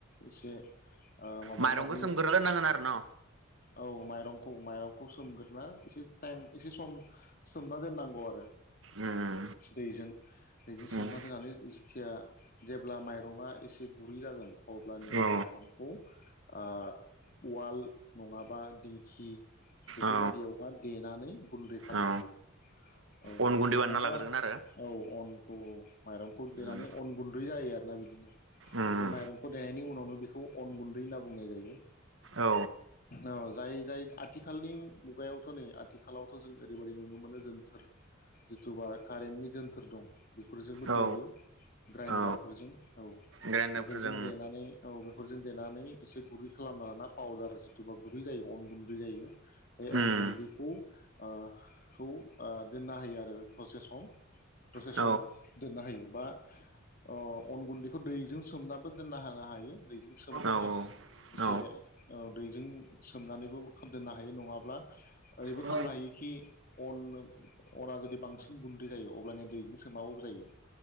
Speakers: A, on the left (about 45°); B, on the right (about 70°).
A: इसे माबा
B: माइरंखौ
A: माबि
B: सोमग्रोना दोननांगोन आरो न'
A: औ माइरंखौ माइरं खौ सोमग्रोना एसे टाइम एसे सम सोमना दोननांगौ आरो
B: उम
A: दैजों दैजों सोमना
B: उम औ
A: दोनानै जिथिया जेब्ला माइरङा इसे गुरै जागोन। अब्लानिया
B: औ
A: माइरंखौ ओ उवाल नङाबा दिंखि बेफोरबायदियावहा
B: औ
A: देनानै गुन्दै खामनांगौ
B: औ
A: औ
B: अन गुन्दै
A: नङाबा
B: बानायना लाग्रोगोन आरो
A: औ अन औ औ माइरंखौ देनानै
B: उम
A: अन गुन्दै जायो आरो दा बिदिनो बे
B: उम
A: माइरंखौ देनायनि उनावनो बेख खौ अन गुन्दै होना बुंनाय जायो।
B: औ
A: औ जाय जाय आथिखालनि मुगायावथ' नै आथिखालावथ' जों ओरैबायदि नुनो मोनो जोनथोर जिथुबा कारेन्टनि जोनथोर दं। बेफोरजोंबो
B: औ
A: देयो ग्राइन्डारफोरजों
B: औ
A: औ
B: ग्राइन्डारफोरजों
A: बेफोरजों देनानै औ बेफोरजों देनानै एसे गुरै खालामना लाना पावदार जिथुबा गुरै जायो अन गुन्द <unintelligible> जायो। बे अन
B: उम
A: गुन्दखौ ओ खौ ओ दोननो हायो आरो दसे सम। दसे
B: औ
A: सम दोननो हायो बा अ अन गुन्दैखौ दैजों सोमनाबो दोननो हानो हायो दैजों। सोमनानै
B: औ
A: एसे
B: औ
A: औ दैजों सोमनानैबो दोननो हायो नङाब्ला ओरैबो
B: अ
A: खालामनो हायोखि अन अना जुदि बांसिन गुन्दै जायो अबब्लानिया दैजों सोमाबाबो जायो